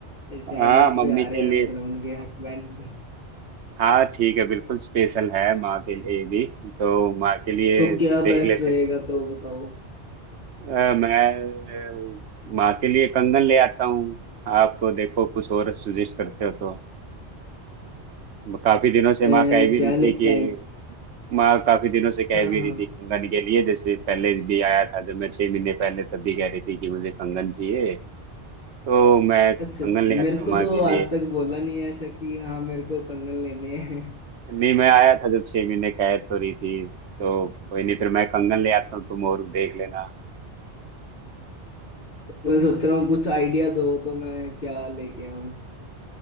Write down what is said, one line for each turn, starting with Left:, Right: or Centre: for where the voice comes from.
Left: रिटायरमेंट
Right: हाँ मम्मी
Left: पे आ
Right: के
Left: रहे हैं
Right: लिए
Left: मतलब उनके हस्बैंड
Right: हाँ ठीक है बिल्कुल स्पेशल है माँ के लिए भी तो माँ के लिए
Left: तो क्या
Right: देख
Left: बेस्ट
Right: लेते
Left: रहेगा तो बताओ
Right: हैं। अ, मैं अ, माँ के लिए कंगन ले आता हूँ आप देखो कुछ और सुजेस्ट करते हो तो काफी दिनों से
Left: मैं
Right: माँ कह भी
Left: क्या
Right: रही
Left: लेके
Right: थी कि
Left: आए
Right: माँ काफी दिनों से कह
Left: हाँ
Right: भी
Left: हाँ
Right: रही थी कंगन के लिए जैसे पहले भी आया था जब मैं छह महीने पहले तब भी कह रही थी कि मुझे कंगन चाहिए तो मैं कंगन
Left: अच्छा अच्छा
Right: ले
Left: मेरे
Right: आता हूँ
Left: को
Right: माँ
Left: तो
Right: के लिए
Left: आज तक बोला नहीं है ऐसा कि हाँ मेरे को कंगन लेने हैं <laughs>
Right: नहीं मैं आया था जब छह महीने कह तो रही थी तो कोई नहीं फिर मैं कंगन ले आता हूँ तुम और देख लेना
Left: मैं सोच रहा हूँ कुछ आइडिया दो तो मैं क्या लेके आऊँ